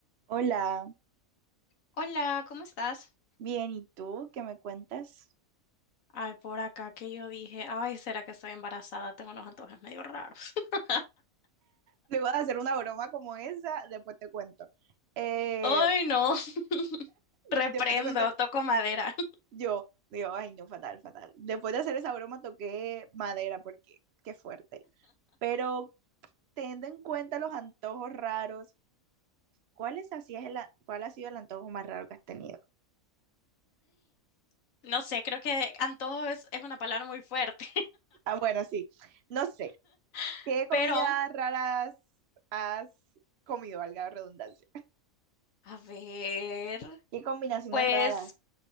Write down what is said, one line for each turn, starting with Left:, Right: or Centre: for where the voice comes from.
Right: Hola,
Left: Hola, ¿cómo estás?
Right: bien, ¿y tú qué me cuentas?
Left: Ay, por acá que yo dije, ay, ¿será que estoy embarazada? Tengo unos antojos medio raros. <laughs>
Right: Luego de hacer una broma como esa, después te cuento. Eh,
Left: Ay, no. <laughs> Reprendo,
Right: después te cuento. dep-
Left: toco madera.
Right: yo digo, ay, no, fatal, fatal. Después de hacer esa broma toqué madera porque qué fuerte. Pero teniendo en cuenta los antojos raros, ¿cuáles hacías el a- cuál ha sido el antojo más raro que has tenido?
Left: <laughs> No sé, creo que antojo es, es una palabra muy fuerte,
Right: Ah, bueno, sí. No sé.
Left: <laughs>
Right: ¿Qué comidas
Left: pero
Right: raras has comido, valga la redundancia?
Left: a ver,
Right: ¿Qué combinaciones
Left: pues
Right: raras?